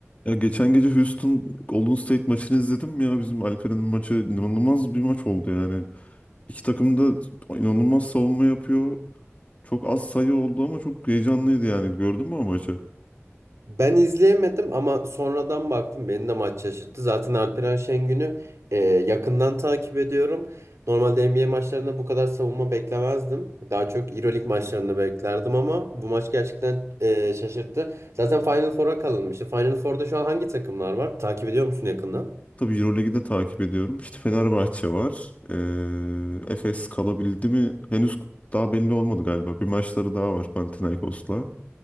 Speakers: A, on the left (about 30°); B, on the right (about 80°).
A: Ya geçen gece Houston Golden State maçını izledim ya. Bizim Alperen'in maçı inanılmaz bir maç oldu yani. İki takım da inanılmaz savunma yapıyor. Çok az sayı oldu ama çok heyecanlıydı yani. Gördün mü o maçı?
B: Ben izleyemedim ama sonradan baktım beni de maç şaşırttı. Zaten Alperen Şengün'ü e, yakından takip ediyorum. Normalde NBA maçlarında bu kadar savunma beklemezdim. Daha çok EuroLeague maçlarında beklerdim ama bu maç gerçekten e, şaşırttı. Zaten Final Four'a kalınmıştı. Final Four'da şu an hangi takımlar var? Takip ediyor musun yakından?
A: Tabii Euroleague'i de takip ediyorum. İşte Fenerbahçe var. Ee, Efes kalabildi mi? Henüz daha belli olmadı galiba. Bir maçları daha var Panathinaikos'la.